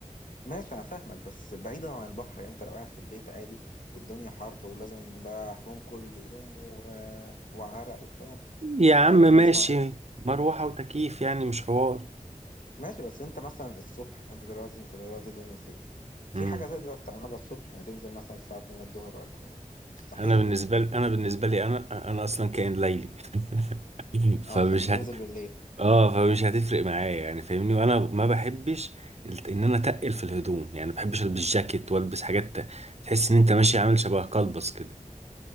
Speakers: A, on the left; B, on the right.
A: ماشي انا فاهمك بس بعيدا عن البحر يعني انت لو قاعد في البيت عادي والدنيا حر ولازم بقى حموم كل يوم و... وعرق وفاهم
B: يا عم
A: لا الدنيا
B: ماشي
A: صعبه
B: مروحة وتكييف يعني مش حوار
A: ماشي بس انت مثلا الصبح انت دلوقتي انت دلوقتي الدنيا صيف في
B: امم
A: حاجه تقدر تعملها الصبح يعني تنزل مثلا الساعه 2 الظهر ولا حاجه مستحيل
B: انا بالنسبة لي انا بالنسبة لي انا انا اصلا كائن ليلي <laughs> فمش
A: اه فانت بتنزل
B: هت
A: بالليل
B: اه فمش هتفرق معايا يعني فاهمني وانا ما بحبش الت- ان انا اتقل في الهدوم يعني ما بحبش البس جاكيت والبس حاجات ت- تحس ان انت ماشي عامل شبه قلبص كده